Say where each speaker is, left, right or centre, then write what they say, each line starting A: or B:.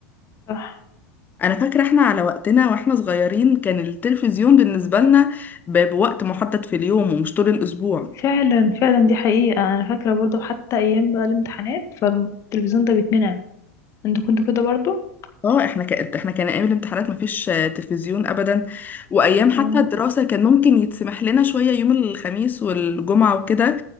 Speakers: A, on the left (about 40°); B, on the left (about 25°).
A: صح
B: انا فاكره احنا على وقتنا واحنا صغيرين كان التلفزيون بالنسبه لنا ب- بوقت محدد في اليوم ومش طول الاسبوع
A: فعلا فعلا دي حقيقة أنا فاكرة برضو حتى أيام بقى الامتحانات فالتلفزيون ده بيتمنع انتوا كنتوا كده برضو
B: اه احنا كان احنا كان ايام الامتحانات مفيش آه، تلفزيون ابدا وايام حتى
A: امم
B: الدراسه كان ممكن يتسمح لنا شويه يوم الخميس والجمعه وكده